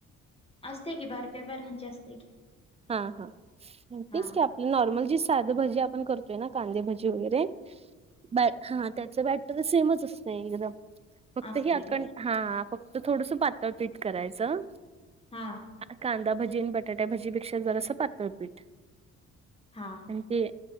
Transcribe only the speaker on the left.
असत्या की, बारक्या बारण्याची असत्या की.
हा
असते
काय
हा.
हा.